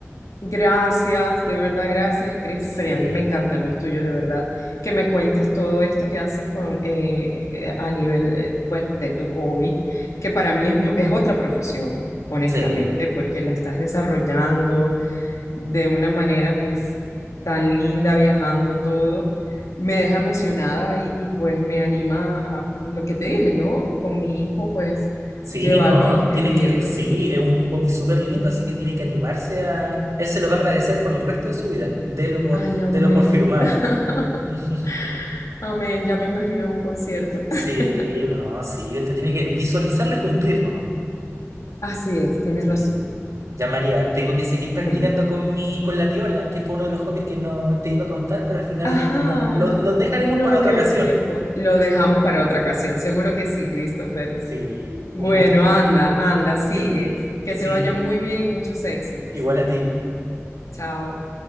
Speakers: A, on the left; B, on the right.
A: Gracias, de verdad, gracias, Christopher,
B: Sí,
A: y a mí me encantan los tuyos, de verdad, que me cuentes todo esto que haces con, eh, eh, a nivel, eh, pues, de tu hobby, que para mí es, es otra profesión, honestamente,
B: sí,
A: porque la estás desarrollando, de una manera pues tan linda viajando todo, me deja emocionada y, y, pues me anima a lo que te dije, ¿no? Con mi hijo pues
B: sí,
A: llevarlo
B: no,
A: e inscribirlo.
B: tiene que, sí, es un hobby súper lindo, así que tiene que animarse a, él se lo va a agradecer por el resto de su vida, délo por,
A: Ay, amén.
B: délo por firmado.
A: <laughs>
B: <laughs>
A: Amén, ya me imagino un concierto.
B: Sí,
A: <laughs>
B: no, sí, usted tiene que visualizarlo y cumplirlo, ¿no?
A: Así es, tienes
B: Sí.
A: razón.
B: Ya María, tengo que seguir practicando
A: Bueno,
B: con mi, con la viola, que fue uno de los hobbies que no te iba a contar, pero al final
A: ajá,
B: no- lo, lo dejaremos
A: no
B: para otra
A: dio
B: ocasión.
A: tiempo. Lo dejamos para otra ocasión, seguro que sí, Christopher.
B: Sí,
A: Bueno,
B: un gusto.
A: anda, anda, sigue.
B: Sí,
A: Que
B: sí,
A: te vaya muy bien y muchos éxitos.
B: igual a ti.
A: Chao.